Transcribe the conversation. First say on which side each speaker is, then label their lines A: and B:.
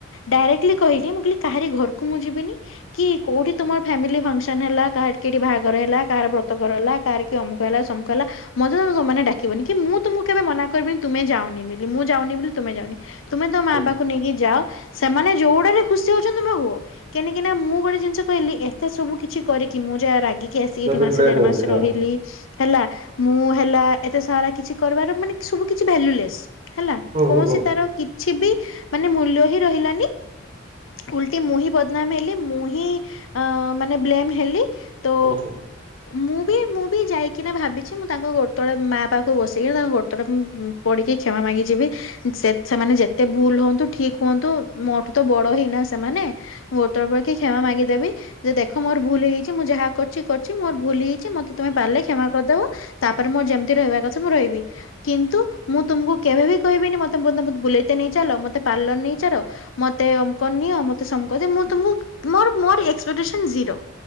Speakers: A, on the left; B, on the right.
A: ଡାଇରେକ୍ଟଲି କହିଲି ମୁଁ କହିଲି କାହାରି ଘରକୁ ମୁଁ ଯିବିନି। କି କୋଉଠି ତୁମର ଫ୍ୟାମିଲି ଫଙ୍କସନ ହେଲା କାହାର କି ଏଠି ବାହାଘର ହେଲା କାହାର ବ୍ରତକର ହେଲା କାହାର କିଏ ଅମୁକ ହେଲା ସମୁଖ ହେଲା ମତେ ତମେ ତମମାନେ ଡାକିବନି କି ମୁଁ ତୁମକୁ କେବେ ମନା କରିବିନି ତୁମେ ଯାଅନି ବୋଲି ମୁଁ ଯାଉନି ବୋଲି ତୁମେ ଯାଅନି। ତୁମେ ତମ ମା
B: ହୁଁ
A: ବାପକୁ ନେଇକି ଯାଅ। ସେମାନେ ଯୋଉଡାରେ ଖୁସି ହଉଛନ୍ତି ତମେ ହୁଅ। କେନିକିନା ମୁଁ ଗୋଟେ ଜିନିଷ କହିଲି ଏତେ ସବୁ କିଛି କରିକି ମୁଁ ଯାହା ରାଗି କି ଆସିକି
B: ଯଦି
A: ଏଠି ମାସ
B: ବ୍ଲେମ
A: ଦେଢ
B: ହେବି
A: ମାସ
B: ହଁ
A: ରହିଲି। ହେଲା ମୁଁ ହେଲା ଏତେ ସାରା କିଛି କରିବାର ମାନେ ସବୁ କିଛି ଭଲ୍ୟୁଲେସ୍। ହେଲା
B: ହୁଁ
A: କୌଣସି
B: ହୁଁ
A: ତାର କିଛି ବି ମାନେ ମୂଲ୍ୟ ହିଁ ରହିଲାନି। ଉଲ୍ କି ମୁଁ ହିଁ ବଦନାମ ହେଲି ମୁଁ ହିଁ ମାନେ ବ୍ଲେମ ହେଲି। ତ
B: ହୁଁ
A: ମୁଁ ବି ମୁଁ ବି ଯାଇକିନା ଭାବିଛି ମୁଁ ତାଙ୍କ ଗୋଡ ତଳେ ମା ପାଖକୁ ବସିକିରି ତାଙ୍କ ଗୋଡ ତଳେ ମୁଁ ପଡିକି କ୍ଷମା ମାଗିଚି ବି। ସେ ସେମାନେ ଯେତେ ଭୁଲ ହୁଅନ୍ତୁ ଠିକ ହୁଅନ୍ତୁ ମୋ ଠୁ ତ ବଡ ହେଇନା ସେମାନେ ମୁଁ ଗୋଡ଼ତଳେ ପଡିକି କ୍ଷମା ମାଗିଦେବି ଯେ ଦେଖ ମୋର ଭୁଲ ହେଇଛି ମୁଁ ଯାହା କରିଛି କରିଛି ମୋର ଭୁଲ ହେଇଛି ମତେ ତମେ ପାରିଲେ କ୍ଷମା କରିଦବ। ତାପରେ ମୁଁ ଯେମତି ରହିବା କଥା ମୁଁ ରହିବି। କିନ୍ତୁ ମୁଁ ତୁମୁକୁ କେଭେବି କହିବିନି ମତେ ବୋ ମତେ ବୁଲେଇତ ନେଇ ଚାଲ ମତେ ପାର୍ଲର ନେଇ ଚାଲ ମତେ ଅମକ ନିଅ ମତେ ସମକ ଦିଅ ମୁଁ ତ ମୁଁ ମୋର ମୋର ଏକ୍ସପେଟେସନ ଜିରୋ।